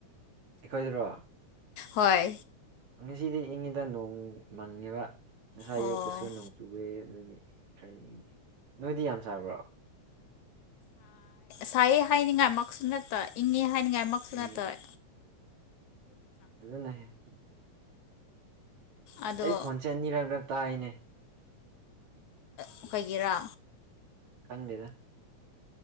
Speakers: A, on the right; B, on the left.
A: ꯑꯩꯈꯣꯏꯗꯔꯣ
B: ꯍꯣꯏ
A: ꯉꯁꯤꯗꯤ ꯏꯪꯉꯤꯗ ꯅꯣꯡꯃꯟꯉꯦꯕ ꯉꯁꯥꯏ
B: ꯑꯣ
A: ꯌꯣꯛꯛꯇꯁꯨ ꯅꯣꯡ ꯆꯨꯨꯔꯦ ꯑꯗꯨꯒꯤ ꯀꯔꯤ ꯅꯣꯏꯗꯤ ꯌꯥꯝ ꯁꯥꯥꯕ꯭ꯔꯣ
B: ꯁꯥꯏ ꯍꯥꯏꯅꯤꯡꯉꯥꯏ ꯃꯁꯨ ꯅꯠꯇ ꯏꯪꯉꯦ ꯍꯥꯏꯅꯤꯡꯉꯥꯏꯃꯛꯁꯨ
A: ꯎꯝ
B: ꯅꯠꯇꯣꯏ
A: ꯑꯗꯨꯅ ꯎꯝ
B: ꯑꯗꯣ
A: ꯑꯩ ꯈꯣꯟꯁꯦ ꯑꯅꯤꯔꯛ ꯔꯛ ꯇꯥꯔꯤꯅꯦ
B: ꯑꯣꯏꯩꯒꯤꯦꯔꯥ
A: ꯈꯪꯗ